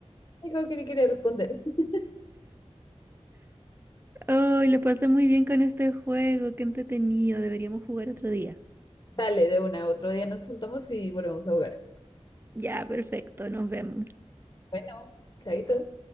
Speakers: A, on the left (about 30°); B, on the right (about 20°).
A: Digo que ni quería responder. <laughs>
B: Oh, lo pasé muy bien con este juego, qué entretenido. Deberíamos jugar otro día.
A: Dale, de una, otro día nos juntamos y volvemos a jugar.
B: Ya, perfecto, nos vemos.
A: Bueno, chaito.